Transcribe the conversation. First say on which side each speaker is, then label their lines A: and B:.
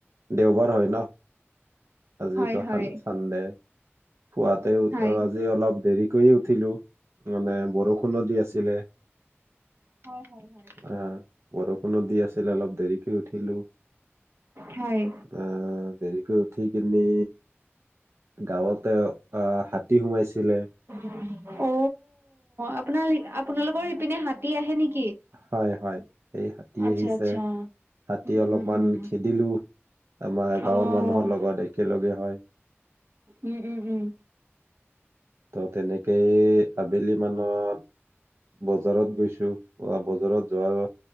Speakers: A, on the right (about 70°); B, on the right (about 55°).
A: দেওবাৰ হয় ন আজিতোান
B: হয় হয়
A: চানডে খুৱাতে
B: হয়।
A: আজি অলপ দেৰি কৰিয় উঠিলো মানে বৰষুণ দি আছিলে
B: হয় হয় হয়।
A: আহ বৰ কোনো দি আছিল অলপ শিক উঠিলো
B: হয়
A: অ উঠি কিিনি গাঁৱত অ হাতী সোমাইছিল চিলে
B: অ অ আপোনাল আপোনালোকৰ ইপিনে হাতী আহে নেকি
A: হয় হয় এই হাতী
B: আচ্ছা
A: আহিছে
B: আচ্ছা।
A: হাতী
B: উম
A: অলপমান
B: উম উম।
A: খেদিলো আমাৰ গাঁৱৰ
B: অ'
A: মানুহৰ লগত একেলগে হয়
B: উম উম উম
A: ত' তেনেকেই আবেলি মানত বজাৰত গৈছো বা বজাৰত যোৱাৰ